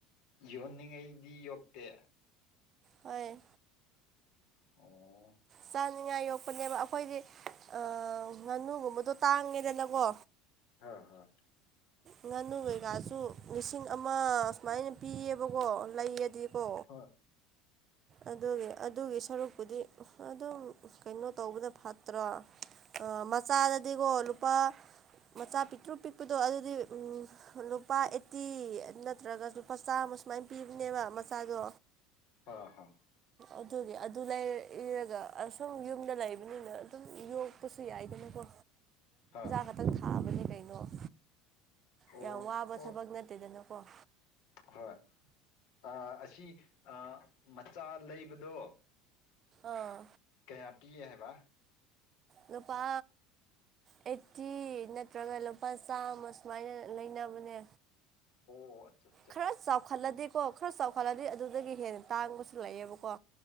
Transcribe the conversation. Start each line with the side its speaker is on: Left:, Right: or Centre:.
Left: ꯌꯣꯟꯅꯤꯡꯉꯩꯗꯤ ꯌꯣꯛꯇꯦ
Right: ꯍꯣꯏ
Left: ꯑꯣ
Right: ꯆꯥꯅꯤꯉꯥꯏ ꯌꯣꯛꯄꯅꯦꯕ ꯑꯩꯈꯣꯏꯗꯤ ꯑ ꯉꯥꯅꯨꯒꯨꯝꯕꯗꯣ ꯇꯥꯡꯉꯦꯗꯅꯀꯣ
Left: ꯍꯥ ꯍꯣ
Right: ꯉꯥꯅꯨ ꯀꯩꯀꯥꯁꯨ ꯂꯤꯁꯤꯡ ꯑꯃ ꯑꯁꯨꯃꯥꯏꯅ ꯄꯤꯌꯦꯕꯀꯣ ꯂꯩꯌꯦꯗꯤꯀꯣ
Left: ꯍꯣꯏ
Right: ꯑꯗꯨꯒꯤ ꯑꯗꯨꯒꯤ ꯁꯔꯨꯛꯄꯨꯗꯤ ꯑ ꯑꯗꯨꯝ ꯀꯩꯅꯣ ꯇꯧꯕꯗ ꯐꯠꯇ꯭ꯔꯥ ꯃꯆꯥꯗꯗꯤꯀꯣ ꯂꯨꯄꯥ ꯃꯆꯥ ꯄꯤꯛꯇ꯭ꯔꯨ ꯄꯤꯛꯄꯗꯣ ꯑꯗꯨꯗꯤ ꯎꯝ ꯂꯨꯄꯥ ꯑꯦꯠꯇꯤ ꯅꯠꯇ꯭ꯔꯒ ꯂꯨꯄꯥ ꯆꯥꯝꯃ ꯁꯨꯃꯥꯏꯅ ꯄꯤꯕꯅꯦꯕ ꯃꯆꯥꯗꯣ
Left: ꯑꯥ ꯍꯣ
Right: ꯑꯗꯨꯒꯤ ꯑꯗꯨ ꯂꯩꯔ-ꯏꯔꯒ ꯑꯁꯨꯝ ꯌꯨꯝꯗ ꯂꯩꯕꯅꯤꯅ ꯑꯗꯨꯝ ꯌꯣꯛ ꯄꯁꯨ ꯌꯥꯏꯗꯅꯀꯣ
Left: ꯍꯥꯥ
Right: ꯈꯇꯪ ꯊꯥꯕꯅꯤ ꯀꯩꯅꯣ
Left: ꯑꯣ
Right: ꯌꯥꯝ ꯋꯥꯕ
Left: ꯑꯣ
Right: ꯊꯕꯛ ꯅꯠꯇꯦꯗꯅꯀꯣ
Left: ꯍꯣꯏ ꯑ ꯑꯁꯤ ꯑ ꯃꯆꯥ ꯂꯩꯕꯗꯣ
Right: ꯑꯥ
Left: ꯀꯌꯥ ꯄꯤꯌꯦ ꯍꯥꯏꯕ
Right: ꯂꯨꯄꯥ ꯑꯩꯠꯇꯤ ꯅꯠꯇ꯭ꯔꯒ ꯂꯨꯄꯥ ꯆꯥꯝꯃ ꯁꯨꯃꯥꯏꯅ ꯂꯩꯅꯕꯅꯦ
Left: ꯑꯣ ꯑꯆꯥ
Right: ꯈꯔ ꯆꯥꯎꯈꯠꯂꯗꯤꯀꯣ ꯈꯔ ꯆꯥꯎꯈꯠꯂꯗꯤ ꯑꯗꯨꯗꯒꯤ ꯍꯦꯟꯅ ꯇꯥꯡꯕꯁꯨ ꯂꯩꯑꯕꯀꯣ